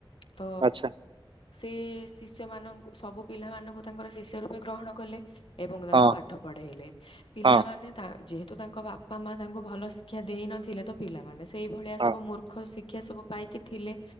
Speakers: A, on the left (about 80°); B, on the right (about 65°).
A: ।ତ
B: ଆଚ୍ଛା
A: ସେ ଶିଷ୍ୟ ମାନଙ୍କୁ ସବୁ ପିଲା ମାନଙ୍କୁ ତାଙ୍କର ଶିଷ୍ୟ ରୂପେ ଗ୍ରହଣ କଲେ। ଏବଂ ତାଙ୍କୁ
B: ହଁ
A: ପାଠ ପଢେଇଲେ। ପିଲାମାନେ
B: ହଁ
A: ତା ଯେହେତୁ ତାଙ୍କ ବାପା ମା ତାଙ୍କୁ ଭଲ ଶିକ୍ଷା ଦେଇ ନଥିଲେ ତ ପିଲାମାନେ ସେଇଭଳିଆ
B: ହଁ
A: ସବୁ ମୂର୍ଖ ସି ଶିକ୍ଷା ସବୁ ପାଇକି ଥିଲେ।